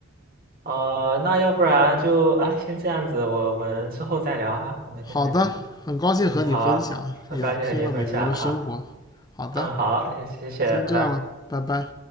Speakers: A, on the right (about 45°); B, on the left (about 20°).
A: 啊，那要不然就啊，先这样子，我们之后再聊哈。我们先那个，
B: 好的，很高兴和你分享，
A: 嗯，好，很高兴和你分享哈。
B: 也听了美国的生活。好的，
A: 嗯，好，谢谢，
B: 先这样了，
A: 拜拜。
B: 拜拜。